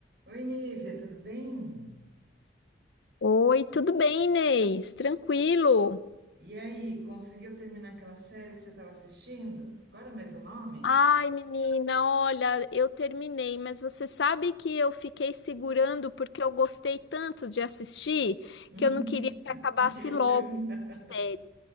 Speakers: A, on the right; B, on the left.
A: Oi, Nívia, tudo bem?
B: Oi, tudo bem, Inês? Tranquilo?
A: E aí, conseguiu terminar aquela série que você estava assistindo? Qual era mesmo o nome?
B: Ai,
A: <laughs>
B: menina, olha, eu terminei, mas você sabe que eu fiquei segurando porque eu gostei tanto de assistir
A: Uhum.
B: que eu não queria que acabasse
A: Não queria
B: logo
A: terminar.
B: a série.